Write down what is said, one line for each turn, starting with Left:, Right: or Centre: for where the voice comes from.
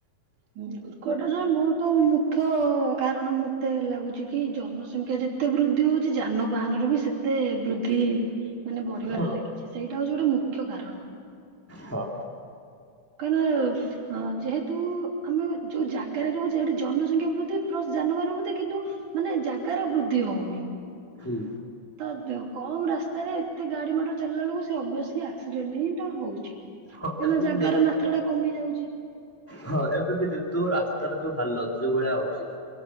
Right: ଦୁର୍ଘଟନା ମୋ ତ ମୁଖ୍ୟ କାରଣ ମତେ ଲାଗୁଛି କି ଜନସଂଖ୍ୟା ଯେ ଏତେ ବୃଦ୍ଧି ହେଉଛି ଯାନବାହାନରେ ବି ସେତେ ବୃଦ୍ଧି ମାନେ ବଢିବାରେ
Centre: ହଁ
Right: ଲାଗେ ସେଇଟା ହେଉଛି ଗୋଟେ ମୁଖ୍ୟ କାରଣ
Centre: ହଁ
Right: କାରେଭେ ହଁ ଯେହେତୁ ଆମେ ଯୋଉ ଜାଗାରେ ରହୁଛେ ସେଠି ଜନସଂଖ୍ୟା ବୃଦ୍ଧି ପ୍ଲସ୍ ଯାନବାହାନ ବୃଦ୍ଧି କିନ୍ତୁ ମାନେ ଜାଗାର ବୃଦ୍ଧି ହଉନି
Centre: ହୁଁ
Right: ତ କମ୍ ରାସ୍ତାରେ ଏତେ ଗାଡ଼ି ମଟର ଚାଲିଲାବେଳକୁ ଅଭ୍ୟସିଲ୍ ଆକ୍ସିଡେଣ୍ଟ ହିଁଟା ହଉଛି କାହିଁକ
Centre: ହଁ ଏବେ
Right: ନା ଜାଗାର
Centre: ବି ଦେଖୁଥିବ
Right: ମାତ୍ରା ଟା କମି ଯାଉଛି
Centre: ହଁ ଏବେ ବି ଦେଖୁଥିବ ରାସ୍ତାର ଯୋଉ ହାଲତ ଯୋଉ ଭଳିଆ ହ ହଁ